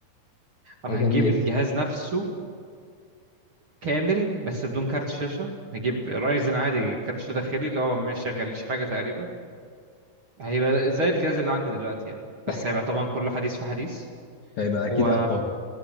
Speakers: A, on the right (about 40°); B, on the left (about 55°).
A: انا
B: هتعمل
A: هجيب
B: ايه؟
A: الجهاز نفسه كامل بس بدون كارت شاشه هجيب رايزن عادي كارت شاشه داخلي اللي هو ما يشغليش حاجه تقريبا، هيبقى زي الجهاز اللي عندي دلوقتي يعني بس
B: <laughs>
A: هيبقى طبعا كل حديث في حديث
B: هيبقى اكيد
A: و
B: اقوى